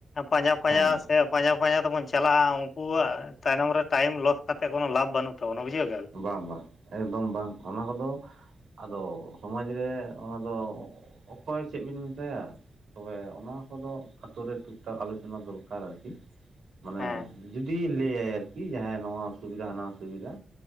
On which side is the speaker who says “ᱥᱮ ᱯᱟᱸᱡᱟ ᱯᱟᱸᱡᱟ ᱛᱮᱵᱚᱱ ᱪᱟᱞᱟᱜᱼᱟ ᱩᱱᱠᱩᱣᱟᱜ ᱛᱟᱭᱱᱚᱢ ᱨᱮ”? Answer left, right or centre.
Left